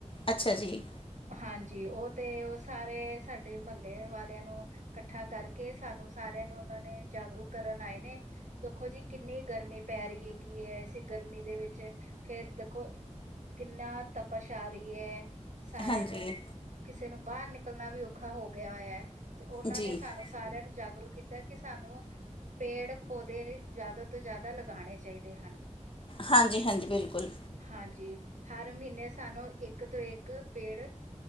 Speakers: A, on the left; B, on the right.
A: ਅੱਛਾ ਜੀ
B: ਹਾਂਜੀ ਉਹ ਤੇ ਉਹ ਸਾਰੇ ਸਾਡੇ ਮਤਲਬ ਵਾਲਿਆਂ ਨੂੰ ਇਕੱਠਾ ਕਰਕੇ ਸਾਨੂੰ ਸਾਰਿਆਂ ਨੂੰ ਉਹਨਾਂ ਨੇ ਜਾਗਰੂਕ ਕਰਨ ਆਏ ਨੇ ਦੇਖੋ ਜੀ ਕਿੰਨੀ ਗਰਮੀ ਪੈ ਰਹੀ ਹੈਗੀ ਹੈ, ਇਸ ਗਰਮੀ ਦੇ, ਵਿੱਚ ਫੇਰ ਦੇਖੋ। ਕਿੰਨਾ ਤਪਸ਼ ਆ ਰਹੀ ਹੈ। ਸਾਰਿਆਂ
A: ਹਾਂਜੀ
B: ਨੂੰ, ਕਿਸੇ ਨੂੰ, ਬਾਹਰ ਨਿਕਲਣਾ ਵੀ ਔਖਾ ਹੋ ਗਿਆ ਹੋਇਆ ਤੇ, ਉਹਨਾਂ
A: ਜੀ
B: ਨੇ ਸਾਨੂੰ। ਸਾਰਿਆਂ ਨੂੰ, ਜਾਗਰੂਕ ਕੀਤਾ, ਕਿ ਸਾਨੂੰ ਪੇੜ ਪੌਦੇ ਜ਼ਿਆਦਾ ਤੋਂ ਜ਼ਿਆਦਾ ਲਗਾਉਣੇ ਚਾਹੀਦੇ ਹਨ।
A: ਹਾਂਜੀ, ਹਾਂਜੀ, ਬਿਲਕੁਲ,
B: ਹਾਂਜੀ, ਹਰ ਮਹੀਨੇ ਸਾਨੂੰ, ਇੱਕ ਤੋਂ ਇੱਕ ਪੇੜ।